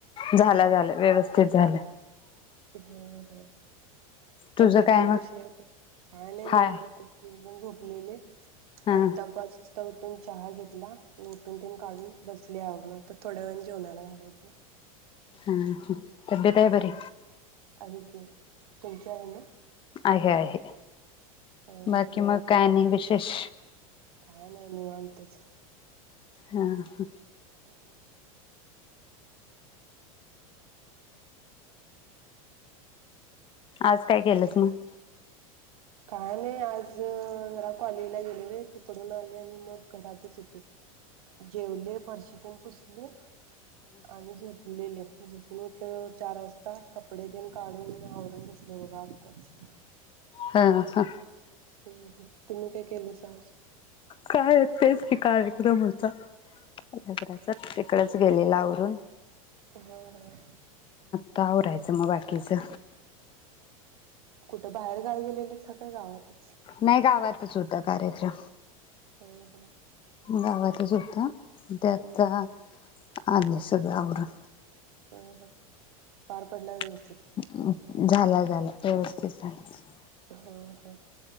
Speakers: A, on the left; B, on the right.
A: झाला झाला व्यवस्थित ते झालं
B: हम् हम
A: तुझं
B: तब्येत
A: काय
B: तेन
A: मग
B: कशी आहे आता काय नाही
A: हाय
B: निवांत मग झोपलेले
A: हा
B: आता पाच वाजता उठु उठून चहा घेतला लोटून तेन काढुन बसले आवरुण आता थोड्या वेळानं जेवणाला घालायचं
A: हां तब्येत आहे बरी
B: हो आहे की तुमची आहे ना?
A: आहे आहे
B: हं
A: बाकी
B: हं
A: म काय आणि विशे विष
B: काय नाही निवांतच
A: हा ह
B: हम्म
A: आज काय केलंस मग
B: काय नाही आज जरा कॉलेजला गेलेले तिकडून आले आणि मग घरातच होते जेवले फरशी तेन पुसली आणि झोपलेले झोप मग उठले चार वाजता कपडे तेन काढून आवरून बसलोय बघ आताच.
A: हा हा
B: हम् ह तुम्ही काय केलेसा आज?
A: काय तेच की कार्यक्रम होता लग्नाचा तिकडच गेलेला आव <inaudible>
B: हा हा
A: आता आवरायचं मग बाकीचं
B: कुठं बाहेर गावी गेलेलीस का गावातचं
A: नाही गावातचं होता कार्यक्रम
B: ह‌्म ह्
A: गावातचं होता म ते आता
B: हं हं
A: आलीया सगळं आवरून
B: हं हं पार पडला व्यवस्थ
A: <unintelligible> झाला झाला व्यवस्थित झालं सगळं.
B: ह हं.